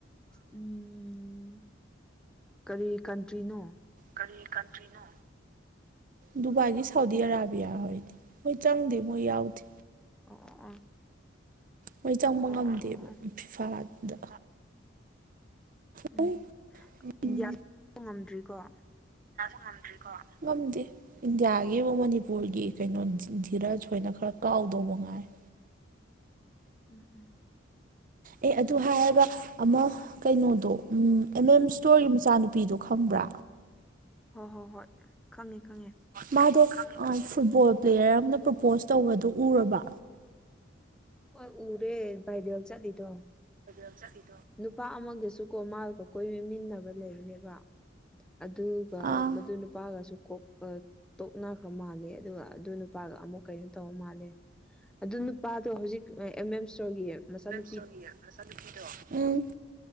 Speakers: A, in the centre; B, on the right (about 45°).
A: ꯎꯝ ꯀꯔꯤ ꯀꯟꯇ꯭ꯔꯤꯅꯣ
B: ꯀꯔꯤ ꯀꯟꯇ꯭ꯔꯤꯅꯨ ꯗꯨꯕꯥꯏꯗꯤ ꯁꯥꯎꯗꯤ ꯑꯔꯥꯕꯤꯌꯥ ꯍꯣꯏꯅꯤ ꯍꯣꯏ ꯆꯪꯗꯦ ꯃꯣꯏ ꯌꯥꯎꯗꯦ
A: ꯑꯣ ꯑꯣ ꯑꯣ
B: ꯃꯣꯏ ꯆꯪꯕ
A: ꯑꯣ
B: ꯉꯝꯗꯦꯕ
A: ꯑꯣ ꯑꯣ ꯑꯣ
B: ꯐꯤꯐꯥꯗ
A: ꯎꯝ
B: ꯍꯣꯏ
A: ꯏꯟꯗꯤꯌꯥꯁꯨ
B: ꯎꯝ
A: ꯉꯝꯗ꯭ꯔꯤꯀꯣ <inaudible>
B: ꯉꯝꯗ꯭ꯔꯤꯀꯣ ꯉꯝꯗꯦ ꯏꯟꯗꯤꯌꯥꯒꯤꯕꯨ ꯃꯅꯤꯄꯨꯔꯒꯤ ꯀꯩꯅꯣ ꯙꯤꯔꯁ ꯍꯣꯏꯅ ꯈꯔ ꯀꯥꯎꯗꯧꯕ ꯉꯥꯏꯔꯦ
A: ꯎꯝ ꯎꯝ
B: ꯑꯦ ꯑꯗꯨ ꯍꯥꯏꯔꯒ ꯑꯃ ꯀꯩꯅꯣꯗꯣ ꯎꯝ ꯑꯦꯝ ꯑꯦꯝ ꯏꯁꯇꯣꯔꯒꯤ ꯃꯆꯥꯅꯨꯄꯤꯗꯣ ꯈꯪꯕ꯭ꯔꯥ
A: ꯍꯣꯏ ꯍꯣꯏ ꯍꯣꯏ ꯈꯪꯉꯤ ꯈꯪꯉꯦ
B: ꯃꯥꯗꯣ ꯑ ꯐꯨꯠꯕꯣꯜ ꯄ꯭ꯂꯦꯌꯔ ꯑꯃꯅ ꯄ꯭ꯔꯣꯄꯣꯁ ꯇꯧꯕꯗꯨ ꯎꯔꯕꯣ
A: ꯍꯣꯏ ꯎꯔꯦ ꯕꯥꯏꯔꯦꯜ ꯆꯠꯂꯤꯗꯣ
B: ꯆꯠꯂꯤ
A: ꯅꯨꯄꯥ ꯑꯃꯒꯤꯁꯨꯀꯣ ꯃꯥꯒ ꯀꯣꯏꯃꯤꯟꯅꯕ ꯂꯩꯕꯅꯦꯕ ꯑꯗꯨꯒ
B: ꯑꯥ
A: ꯃꯗꯨ ꯅꯨꯄꯥꯒꯁꯨ ꯀꯣꯛ ꯑ ꯇꯣꯛꯅꯈ꯭ꯔ ꯃꯥꯂꯦ ꯑꯗꯨꯒ ꯑꯗꯨ ꯅꯨꯄꯥꯒ ꯑꯃꯨꯛ ꯀꯩꯅꯣ ꯇꯧꯔ ꯃꯥꯜꯂꯦ ꯑꯗꯨ ꯅꯨꯄꯥꯗꯣ ꯍꯧꯖꯤꯛ ꯑꯦꯝ ꯑꯦꯝ ꯏꯁꯇꯣꯔꯒꯤ ꯃꯆꯥꯅꯨ
B: <unintelligible> ꯅꯨꯄꯤꯗꯣ ꯎꯝ